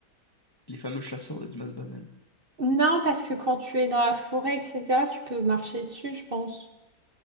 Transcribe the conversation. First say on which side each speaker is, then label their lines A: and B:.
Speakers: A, on the left (about 20°); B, on the right (about 35°).
A: les fameux chasseurs de limaces bananes
B: Non, parce que quand tu es dans la forêt, etc., tu peux marcher dessus, je pense.